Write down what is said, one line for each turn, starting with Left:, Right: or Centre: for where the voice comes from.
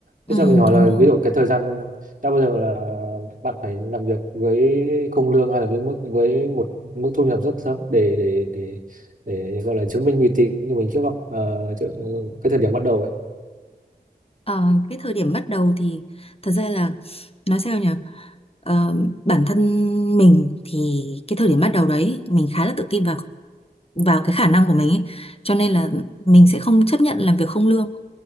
Left: ừ,
Right: Thế cho mình hỏi là
Left: đúng rồi
Right: ví dụ cái thời gian đã bao giờ là bạn phải làm việc với không lương hay là với mức với một mức thu nhập rất thấp để để để để gọi là chứng minh uy tín của mình trước không? Ờ, chứ- ừ, cái thời điểm bắt đầu ấy.
Left: Ờ, cái thời điểm bắt đầu thì thật ra là nói sao nhỉ Ờ, bản thân mình thì cái thời điểm bắt đầu đấy mình khá là tự tin vào vào cái khả năng của mình ấy cho nên là mình sẽ không chấp nhận làm việc không lương